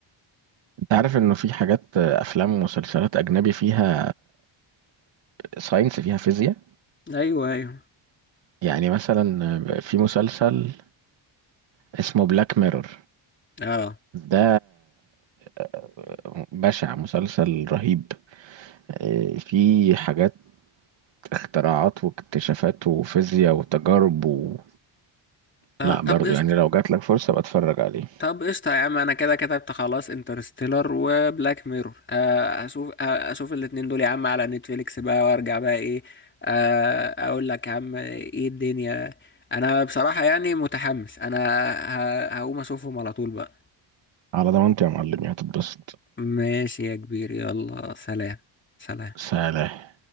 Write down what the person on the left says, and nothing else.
ايوه ايوه
اه
آه،
طب
قشطة
طب قشطة يا عم انا كده كتبت خلاص انترستيلر وبلاك ميرور آه، اشوف آه، اشوف الاتنين دول يا عم على نتفليكس بقى وارجع بقى ايه آه، اقول لك يا عم ايه الدنيا انا بصراحة يعني متحمس انا ه- هقوم اشوفهم على طول بقى
ماشي يا كبير يلا سلام سلام